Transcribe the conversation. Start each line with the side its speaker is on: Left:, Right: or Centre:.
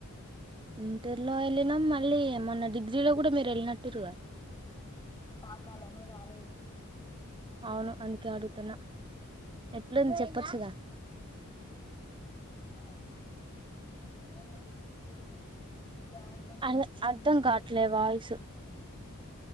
Right: ఇంటర్లో వెళ్ళినాం మళ్ళీ మొన్న డిగ్రీలో కూడా మీరు వెళ్ళినట్టురుగా
Left: ఆ పాకాల నువ్వు రాలేదు.
Right: అవును అందుకే అడుగుతున్నా ఎట్లంది చెప్పొచ్చుగదా.
Left: <inaudible> బిగినింగ్ సార్ కొంచెం
Right: అర్
Left: ఎక్స్ప్లైన్
Right: అర్థం
Left: చేసిండు.
Right: కావట్లే వాయిస్